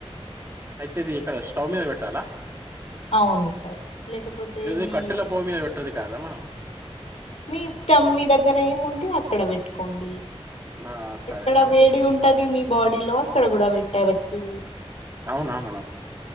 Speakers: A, on the right (about 25°); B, on the left (about 90°).
A: అయితేది ఇక్కడ స్టవ్ మీద పెట్టాలా
B: అవును సార్ లేకపోతే
A: లేదు
B: మీ
A: కట్టెల పోవు మీద పెట్టేది కాదా మనం
B: మీ ఇష్టం మీ దగ్గర ఏముంటే అక్కడ పెట్టుకోండి
A: ఆ, సరే
B: ఎక్కడ
A: మేడం
B: వేడి ఉంటది మీ బాడీలో అక్కడ కూడా వట్టాయవచ్చు
A: అవునా మేడం